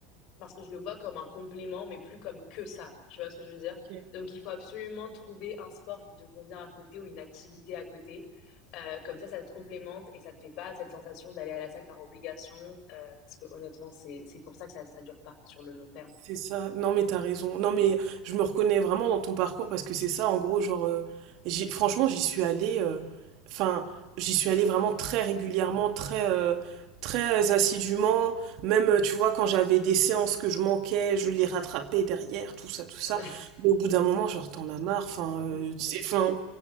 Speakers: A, on the left; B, on the right.
A: parce que je le vois comme un complément, mais plus comme que ça. Tu vois ce que je veux dire?
B: Ok.
A: Donc, il faut absolument trouver un sport qui te convient à côté ou une activité à côté. Euh, comme ça, ça te complémente et ça te fait pas cette sensation d'aller à la salle par obligation. euh, parce que honnêtement, c'est c'est pour ça que ça ça dure pas sur le long terme.
B: C'est ça. Non, mais t'as raison. Non, mais je me reconnais vraiment dans ton parcours parce que c'est ça, en gros, genre, euh, j'y- franchement, j'y suis allée, euh, enfin, j'y suis allée vraiment très régulièrement, très, euh, très assidûment. Même, euh, tu vois, quand j'avais des séances que je manquais, je les rattrapais derrière, tout ça, tout
A: <laughs>
B: ça. Mais au bout d'un moment, genre, t'en as marre. Enfin, euh,
A: Ouais,
B: c'est-
A: c'est ça,
B: enfin,